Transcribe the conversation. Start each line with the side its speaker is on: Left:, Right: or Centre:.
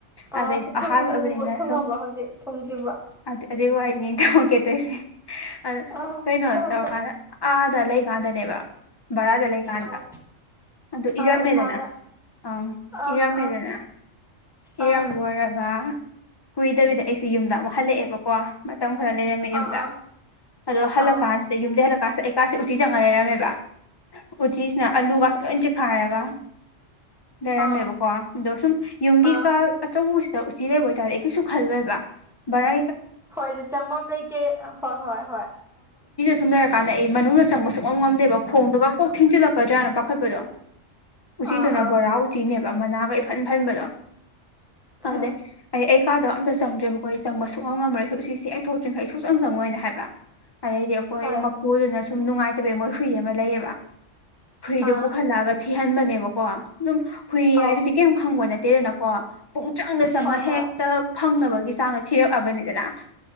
Centre: ꯑꯥ
Left: ꯑꯗꯩ ꯑꯍꯥꯕꯅ
Centre: ꯊꯨꯡꯉꯕ꯭ꯔꯣ
Left: ꯁꯣ
Centre: ꯍꯧꯖꯤꯛ ꯊꯨꯡꯗ꯭ꯔꯤꯕ꯭ꯔꯣ
Left: ꯑ ꯑꯗꯨꯦ ꯋꯥ ꯑꯣꯀꯦꯠꯇꯣꯏꯁꯦ ꯑ
Centre: ꯑꯥ
Left: ꯀꯩꯅꯣ
Centre: ꯇꯧꯔꯣ
Left: ꯇꯧꯔꯀꯥꯟꯗ
Centre: ꯇꯧꯔꯣ
Left: ꯑꯥꯗ ꯂꯩꯀꯥꯟꯗꯅꯦꯕ ꯚꯔꯥꯗ ꯂꯩꯀꯥꯟꯗ
Centre: ꯑꯥꯎ
Left: ꯑꯗꯨ ꯏꯔꯝꯃꯦꯗꯅ
Centre: ꯑꯥ ꯏꯝꯐꯥꯜꯗ
Left: ꯑꯪ
Centre: ꯑꯥ
Left: ꯏꯔꯝꯃꯦꯗꯅ
Centre: ꯑꯥ ꯑꯥ
Left: ꯏꯔꯝ
Centre: ꯑꯥ
Left: ꯑꯣꯏꯔꯒ ꯀꯨꯏꯗꯕꯤꯗ ꯑꯩꯁꯦ ꯌꯨꯝꯗ ꯑꯃꯨꯛ ꯍꯜꯂꯛꯑꯦꯕꯀꯣ ꯃꯇꯝ ꯈꯔ ꯂꯩꯔꯝꯃꯤ ꯌꯨꯝꯗ
Centre: ꯑꯥ ꯑꯥ
Left: ꯑꯗꯣ ꯍꯜꯂꯛꯀꯥꯟꯁꯤꯗ
Centre: ꯑꯥꯎ
Left: ꯌꯨꯝꯗ ꯍꯂꯛ ꯀꯥꯁ ꯀꯩꯀꯥꯁꯦ ꯎꯆꯤ ꯆꯪꯉ ꯂꯩꯔꯝꯃꯦꯕ ꯎꯆꯤꯁꯤꯅ ꯑꯂꯨꯒꯁꯨ
Centre: ꯎꯆꯤ
Left: ꯂꯣꯏ ꯆꯤꯛꯈꯥꯏꯔꯒ ꯂꯩꯔꯝꯃꯦꯕꯀꯣ
Centre: ꯑꯥ
Left: ꯑꯗꯣ ꯁꯨꯝ ꯌꯨꯝꯒꯤ
Centre: ꯑꯥ
Left: ꯀꯥ ꯑꯆꯧꯕ꯫ ꯎꯆꯤ ꯂꯩꯕ ꯑꯣꯏꯇꯥꯥꯔꯗꯤ ꯑꯩ ꯀꯩꯁꯨ ꯈꯜꯂꯣꯏꯕ ꯕꯥꯔꯥ꯫
Centre: ꯍꯣꯏ ꯆꯪꯐꯝ ꯑꯃ ꯂꯩꯇꯦ ꯍꯣꯏ ꯍꯣꯏ ꯍꯣꯏ
Left: ꯁꯝꯅꯔꯀꯥꯟꯗ ꯑꯩ ꯃꯅꯨꯡꯗ ꯆꯪꯕ ꯁꯨꯛꯉꯝ ꯉꯝꯗꯦꯕ ꯈꯣꯡꯗꯨꯒ ꯀꯣꯛ ꯊꯦꯡꯖꯤꯜꯂꯛꯀꯗ꯭ꯔꯥꯅ ꯄꯥꯈꯠꯄꯗꯣ ꯎꯆꯤꯗꯨꯅ
Centre: ꯑꯥ ꯑꯥ
Left: ꯕꯣꯔꯥ ꯎꯆꯤꯅꯦꯕ ꯃꯅꯥꯒ ꯏꯐꯟ ꯐꯟꯕꯗꯣ ꯑꯗꯨꯗꯩ
Centre: ꯎꯝ
Left: ꯑꯩ- ꯑꯩ ꯀꯥꯗꯕ ꯑꯝꯇ ꯆꯪꯗ꯭ꯔꯦꯕꯀꯣ ꯑꯩ ꯆꯪꯕ ꯁꯨꯛꯉꯝ ꯉꯝꯃꯔꯣꯏ ꯎꯆꯤꯁꯤ ꯍꯦꯛ ꯊꯣꯛꯇ꯭ꯔꯤꯡꯈꯩ ꯁꯨꯛꯆꯪ ꯆꯪꯉꯣꯏꯅ ꯍꯥꯏꯕ ꯑꯗꯩꯗꯤ ꯑꯩꯈꯣꯏ
Centre: ꯍꯣꯏ
Left: ꯃꯄꯨꯗꯨꯅ ꯁꯨ ꯁꯨꯝ ꯅꯨꯡꯉꯥꯏꯇꯕꯩ ꯃꯣꯏ ꯍꯨꯏ ꯑꯃ ꯂꯩꯌꯦꯕ ꯍꯨꯏꯗꯣ
Centre: ꯑꯥ
Left: ꯄꯨꯈꯠꯂꯛꯑꯒ ꯊꯤꯍꯟꯕꯅꯦꯕꯀꯣ ꯑꯗꯨꯝ ꯍꯨꯏ
Centre: ꯑꯧ
Left: ꯍꯥꯏꯗꯨꯗꯤ ꯀꯦꯝ ꯈꯪꯕ ꯅꯠꯇꯦꯗꯅꯀꯣ ꯄꯨꯡ ꯆꯪꯗ ꯆꯪꯉ
Centre: ꯍꯣꯏ
Left: ꯍꯦꯛꯇ
Centre: ꯍꯣꯏ
Left: ꯐꯪꯅꯕꯒꯤ ꯆꯥꯡꯗ ꯊꯤꯔꯛ ꯑꯕꯅꯤꯗꯅ